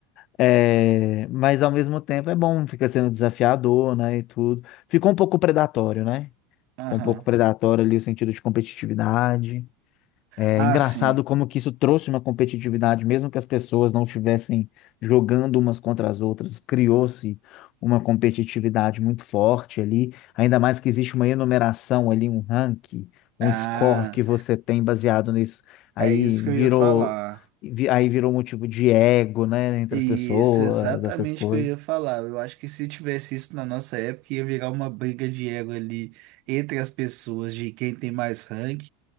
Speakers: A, on the left; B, on the right.
A: é, mas ao mesmo tempo é bom, fica sendo desafiador, né, e tudo. Ficou um pouco predatório, né?
B: Aham.
A: Ficou um pouco predatório ali o sentido de competitividade. É
B: Ah,
A: engraçado
B: sim.
A: como que isso trouxe uma competitividade, mesmo que as pessoas não estivessem jogando umas contra as outras, criou-se uma competitividade muito forte ali, ainda mais que existe uma enumeração ali, um ranking, um
B: Ah,
A: score que você tem baseado nisso. Aí
B: é isso
A: virou,
B: que eu ia falar.
A: vi- aí virou motivo de ego, né, entre
B: Isso,
A: as pessoas,
B: exatamente
A: essas coisas.
B: o que eu ia falar. Eu acho que se tivesse isso na nossa época, ia virar uma briga de ego ali entre as pessoas de quem tem mais rank,